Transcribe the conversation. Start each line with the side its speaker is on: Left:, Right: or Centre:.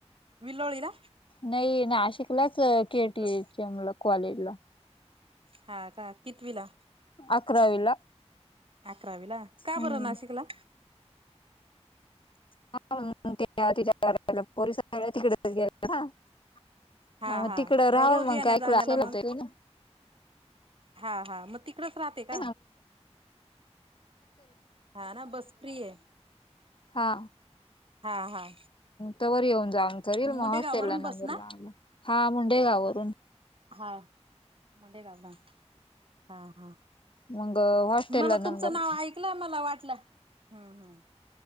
Right: विल्लोळीला.
Left: नाही नाशिकलाच K
Right: diploma
Left: T H M ला कॉलेजला.
Right: हा का कितवीला?
Left: अकरावीला.
Right: अकरावीला का
Left: हम्म
Right: बरं नाशिकला?
Left: <unintelligible> ह मग तिकड राहून पण क्लास <unintelligible>
Right: हा हा
Left: करता
Right: रोज
Left: येईल
Right: येण्या जाण्याला
Left: ना.
Right: मग हा हा म ती कडच राहते.
Left: <unintelligible>
Right: का हा ना बस फ्री आहे
Left: हा
Right: हा हा
Left: तवर येऊन जाऊन करील
Right: मुंडेगाववरून
Left: मग हॉस्टेल ला नंबर
Right: बस ना?
Left: लावला हा मुंडेगाववरून
Right: हा मुंडेगावला हा ह
Left: मग हॉस्टेलला
Right: मला
Left: नंबर
Right: तुमचं नाव ऐकलं मला वाटलं हम्म हम्